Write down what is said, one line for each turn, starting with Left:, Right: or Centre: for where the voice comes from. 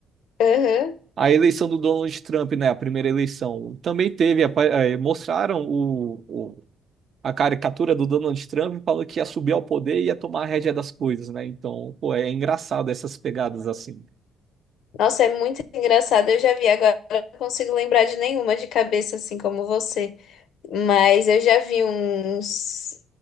Left: Aham.
Right: A eleição do Donald Trump, né? A primeira eleição. Também teve, apa- eh, mostraram o, o- a caricatura do Donald Trump falando que ia subir ao poder e ia tomar a rédea das coisas, né? Então, pô, é engraçado essas pegadas assim.
Left: Nossa, é muito engraçado. Eu já vi, agora eu não consigo lembrar de nenhuma de cabeça, assim como você. Mas eu já vi uns,